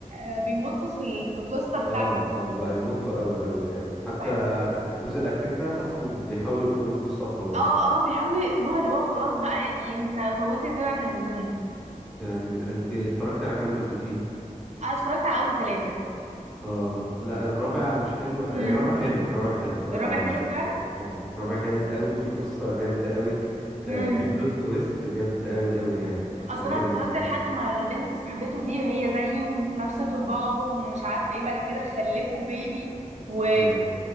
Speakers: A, on the right; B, in the centre.
A: آه، بيمط في ال- في القصه بتاعته
B: اه اه بقى يمطوا قوي قوي يعني حتى
A: قوي
B: الجزء الاخير ده حاسه بيحاولوا يقفلوا القصة وخلاص
A: اه اه بيحاولوا يقفلوها اللي هو خلاص بقى يعني انت طولت زيادة عن اللزوم
B: يعني ال- انت اتفرجت على كام جزء فيه
A: انا اتفرجت على اول ثلاثة
B: اه لا الرابع مش حلو الرابع
A: امم
B: حلو الرابع حلو اتفرج
A: الرابع
B: على الرابع
A: حلو فعلا
B: الرابع جامد. اه الرابع جامد قوي في قصة جامدة قوي آه
A: امم
B: في بلوت تويست جامدة قوي قوي يعني
A: اصل
B: لكن
A: انا اتفرجت
B: ال...
A: لحد ما البنت صاحبته دي هي زيه وفي نفس طباعه ومش عارف ايه بعد كده خلفوا بيبي و...
B: أيوة.